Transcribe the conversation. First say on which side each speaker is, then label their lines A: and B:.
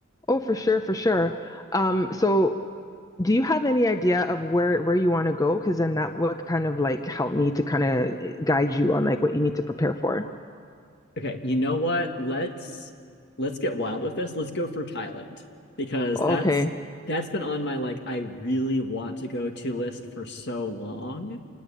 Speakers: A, on the left (about 15°); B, on the left (about 60°).
A: Oh, for sure, for sure. Um, so do you have any idea of where where you want to go? Because then that would kind of like help me to kind of guide you on like what you need to prepare for.
B: Okay, you know what? Let's let's get wild with this. Let's go for Thailand because
A: Okay,
B: that's that's been on my like I really want to go to list for so long,